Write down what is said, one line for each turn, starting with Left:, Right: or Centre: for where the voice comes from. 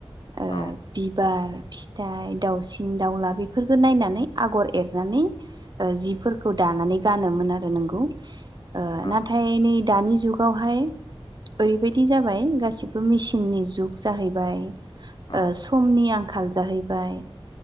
Right: ओ
Left: औ
Right: बिबार फिथाइ दाउसिन दाउला बेफोरफोरखौो नायनानै आगर एरनानै ओ जिफोरखौ दानानै गानोमोन आरो नोंगौ ओ
Left: औ
Right: नाथाय नै दानि जुगावहाय ओरैबायदि जाबाय गासिबो मेसिन थिननि जुग जाहैबाय
Left: औ
Right: ओ समनि आंखाल जाहैबाय।